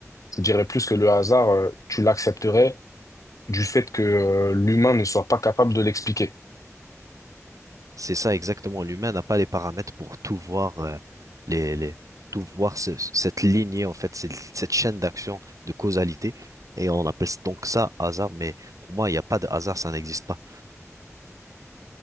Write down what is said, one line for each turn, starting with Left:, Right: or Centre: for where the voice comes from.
Left: je dirais plus que le hasard, euh, tu l'accepterais du fait que euh, l'humain ne soit pas capable de l'expliquer.
Right: C'est ça exactement. L'humain n'a pas les paramètres pour tout voir, euh, les, les- tout voir ce- cette lignée, en fait, cette, cette chaîne d'action de causalité. Et on appelle donc ça hasard, mais pour moi, il n'y a pas de hasard, ça n'existe pas.